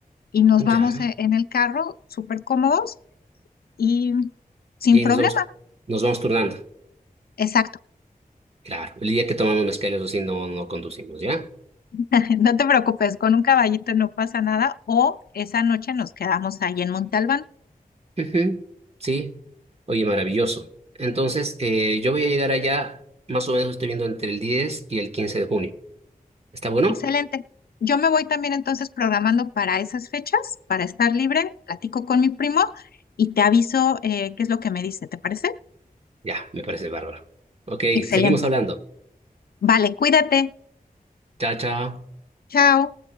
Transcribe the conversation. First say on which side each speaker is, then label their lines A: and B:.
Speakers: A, on the left (about 80°); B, on the right (about 40°).
A: y nos
B: ya,
A: vamos e- en el carro súper cómodos y sin
B: y ahí
A: problema.
B: nos vamos, nos vamos turnando.
A: Exacto.
B: Claro, el día que tomamos mezcal, eso sí, no, no conducimos, ¿ya?
A: <laughs> No te preocupes, con un caballito no pasa nada o esa noche nos quedamos ahí en Montalbán.
B: Ujú, Sí, oye, maravilloso. Entonces, eh, yo voy a llegar allá, más o menos estoy viendo entre el 10 y el 15 de junio. ¿Está bueno?
A: Excelente. Yo me voy también entonces programando para esas fechas, para estar libre, platico con mi primo y te aviso eh, qué es lo que me dice, ¿te parece?
B: Ya, me parece bárbaro. Ok,
A: Excelente.
B: seguimos hablando.
A: Vale, cuídate.
B: Chao, chao.
A: Chao.